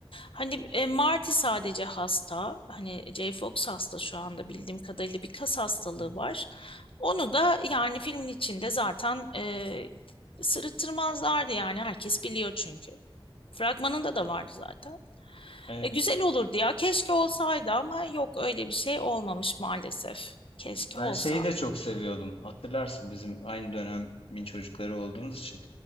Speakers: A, on the left (about 70°); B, on the left (about 85°).
A: Hani e, Marty sadece hasta. Hani Jay Fox hasta şu anda bildiğim kadarıyla bir kas hastalığı
B: Hmm.
A: var. Onu da yani filmin içinde zaten e, sırıttırmazlardı yani herkes biliyor çünkü. Fragmanında da vardı zaten.
B: Evet.
A: E, güzel olurdu ya. Keşke olsaydı ama yok öyle bir şey olmamış maalesef. Keşke
B: Ben
A: olsa.
B: şeyi de çok seviyordum. Hatırlarsın bizim aynı dönemin çocukları olduğumuz için.